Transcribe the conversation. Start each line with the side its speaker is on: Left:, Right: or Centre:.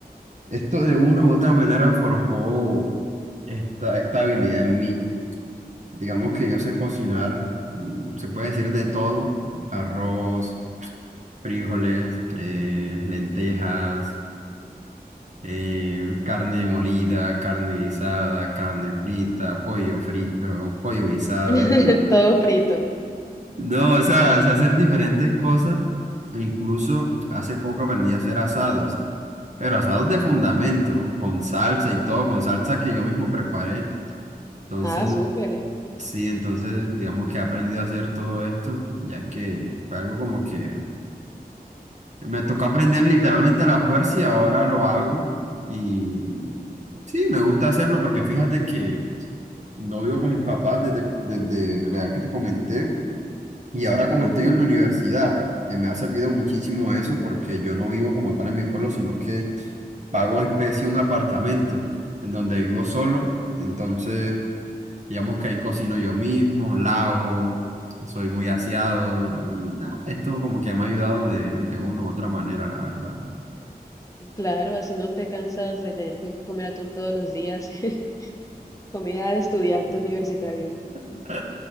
Right: Esto de una u otra manera forjó esta, esta habilidad en mí. Digamos que yo sé cocinar, mm, se puede decir de todo, arroz, frijoles, eh, lentejas, eh, carne molida, carne guisada, carne frita, pollo frito, pollo guisado.
Left: <laughs>
Right: <laughs>
Left: Todo frito.
Right: No, o sea, sé hacer diferentes cosas. E Incluso hace poco aprendí a hacer asados, pero asados de fundamento, con salsa y todo, con salsa que yo mismo preparé. Entonces,
Left: Ah, súper.
Right: Sí, entonces digamos que he aprendido a hacer todo esto, ya que fue algo como que me tocó aprender literalmente a la fuerza y ahora lo hago. Y sí, me gusta hacerlo porque fíjate que no vivo con mis papás desde, desde la edad que te comenté y ahora como
Left: Ujú.
Right: estoy en la universidad, eh, me ha servido muchísimo eso porque yo no vivo como tal en mi pueblo, sino que pago especie un apartamento en donde vivo solo. Entonces... Digamos que ahí cocino yo mismo, lavo, soy muy aseado y nada, esto como que me ha ayudado de, de una u otra manera, la verdad.
Left: Claro, así no te cansas de tener que comer atún todos los días. <laughs> Comida de estudiante universitario.
Right: <laughs>